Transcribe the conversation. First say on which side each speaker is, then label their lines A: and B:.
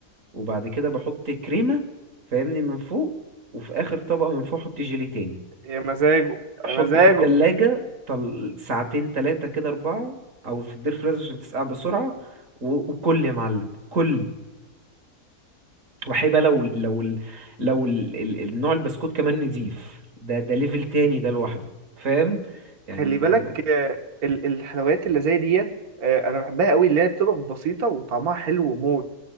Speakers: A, on the right; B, on the right.
A: وبعد كده بحط كريمه فاهمني من فوق وفي اخر طبقه من فوق احط جيلي تاني
B: يا مزاجه يا
A: احط
B: مزاجه
A: في التلاجة طل... ساعتين تلاتة كده اربعة او في الدير فريزر عشان تسقع بسرعه و... وكل يا معلم كل وحيبقى لو لو ال- لو ال... ال... النوع البسكوت كمان نضيف ده ده ليفل تاني ده لوحده فاهم يعني
B: خلي
A: ده
B: بالك آه، ال- الحلويات اللي زي ديت آه، انا بحبها قوي اللي هي بتبقى بسيطه وطعمها حلو وموت